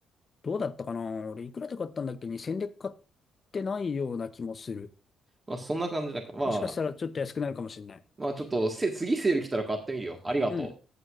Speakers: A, on the left; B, on the right.
A: どうだったかな俺、いくらで買ったんだっけ ?2000 で買ってないような気もする。
B: まあ、そんな感じだから。ま
A: もしかしたらちょっと安くなるかもしれない。
B: まあちょっと、せ、次セール来たら買ってみるよ。ありがとう。
A: うん。